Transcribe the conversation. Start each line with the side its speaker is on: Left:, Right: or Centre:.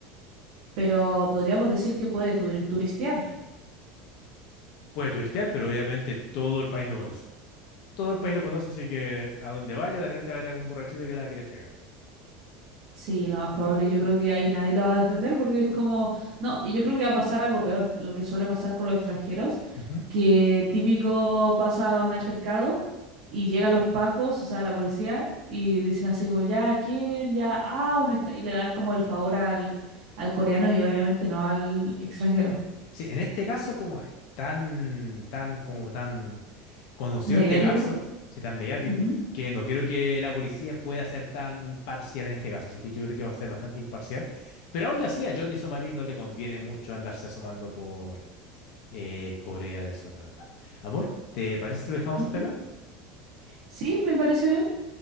Right: Pero podríamos decir que puede tu- turistear.
Left: Puede turistear, pero obviamente todo el país lo conoce. Todo el país lo conoce, así que a donde vaya, de repente va a haber algún borrachito que la quiere pegar.
Right: Sí, lo más probable, yo creo que ahí nadie lo va a defender porque es como, no, y yo creo que va a pasar algo peor, lo que suele pasar con los extranjeros,
Left: Ujú.
Right: que típico pasa un altercado y llegan los pacos, o sea, la policía, y dicen así como, ya, ¿a ¿quién? Ya, ah, un extra, y le dan como el favor al, al coreano y obviamente no al extranjero.
Left: Sí, en este caso, como es tan, tan, como tan conocido
Right: Mediático.
Left: este caso, sí, tan mediático,
Right: Ujú,
Left: que no creo que la policía pueda ser tan parcial en este caso. Así que yo creo que va a ser bastante imparcial. Pero aún así, a Johnny Somarí no le conviene mucho andarse asomando por eh, Corea del Sur, la verdad. Amor, ¿te parece que lo dejamos
Right: ujú.
Left: hasta acá?
Right: Sí, me parece bien.